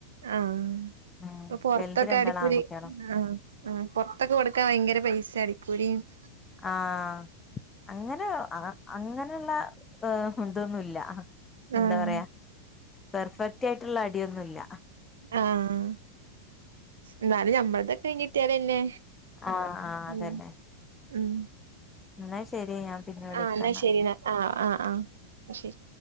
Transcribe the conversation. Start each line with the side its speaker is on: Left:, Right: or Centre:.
Right: ആഹ്
Left: ഉം
Right: ഇപ്പോ പൊറത്തൊക്കെ
Left: വലുത് രണ്ടാള്
Right: അടിക്കൂല്
Left: ആൺകുട്ടികളാ
Right: ആഹ് ആഹ് പൊറത്തൊക്കെ കൊടുക്കാൻ ഭയങ്കര പൈസ ആയി <unintelligible>
Left: ആഹ് അങ്ങനെ അ അങ്ങനെയൊള്ള ഹ് ഉം ഇതൊന്നുമില്ല.
Right: ആഹ്
Left: എന്താ പറയാ പെർഫെക്ട്. വൃത്തിയായിട്ടുള്ള അടിയൊന്നുമില്ല.
Right: ആഹ് എന്നാലും നമ്മളതൊക്കെ കഴിഞ്ഞിട്ടിയാലെന്നെ
Left: ആ ആ അതന്നെ.
Right: ഉം ഉം.
Left: എന്നാ ശരി. ഞാൻ പിന്നെ വിളിക്കാന്നാല്
Right: ആഹ് എന്നാ ശരി എന്നാ ആഹ് ആഹ് ആഹ് ശരി.